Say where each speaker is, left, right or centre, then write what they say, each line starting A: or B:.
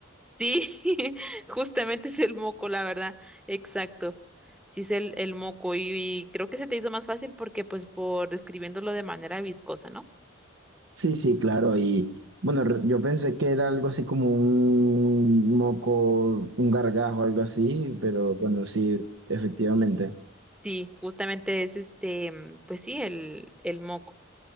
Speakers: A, in the centre; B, on the right (about 70°).
A: Sí, <laughs> justamente es el moco, la verdad. Exacto. Sí es el, el moco y, y creo que se te hizo más fácil porque pues por describiéndolo de manera viscosa, ¿no?
B: Sí, sí, claro. Y bueno, re- yo pensé que era algo así como un moco, un gargajo, algo así, pero bueno, sí, efectivamente.
A: Sí, justamente es este, mm, pues sí, el, el moco.